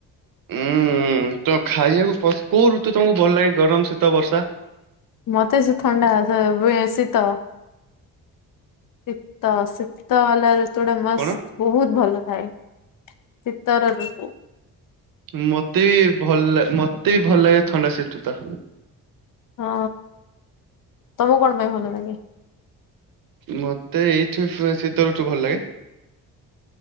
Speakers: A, on the right; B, on the left.
A: ଉୁଁ ତ ଖାଇବାକୁ ପ କୋଉ ଋତୁ ତମକୁ ଭଲ ଲାଗେ ଗରମ ଶୀତ ବର୍ଷା?
B: ମତେ ସେ ଥଣ୍ଡା ବେ ଶୀତ। ଶୀତ ଶୀତ ବାଲା ରୁ ଶୀତଟା ମସ୍ତ
A: କଣ
B: ବହୁତ ଭଲ ଥାଏ ଶୀତର ଋତୁ।
A: ମତେ ବି ଭଲ ମତେ ବି ଭଲ ଲାଗେ ଥଣ୍ଡା ଶୀତୁଟା।
B: ହଁ ତମକୁ କଣ ପାଇଁ ଭଲ ଲାଗେ?
A: ମତେ ଏଇଠୁ ଶୀତଋତୁ ଭଲ ଲାଗେ।